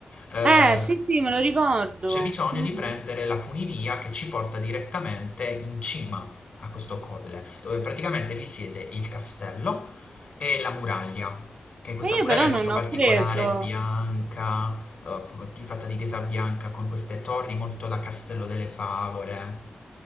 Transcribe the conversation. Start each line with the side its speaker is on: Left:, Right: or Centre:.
Left: eh,
Right: Eh, sì, sì, me lo ricordo.
Left: c'è bisogno
Right: Mhm.
Left: di prendere la funivia che ci porta direttamente in cima a questo colle, dove praticamente risiede il castello e la muraglia. Che questa
Right: E
Left: muraglia
Right: io però
Left: è
Right: non
Left: molto
Right: ho
Left: particolare,
Right: preso.
Left: bianca, eh, f- fatta di pietra bianca con queste torri molto da Castello delle Favole.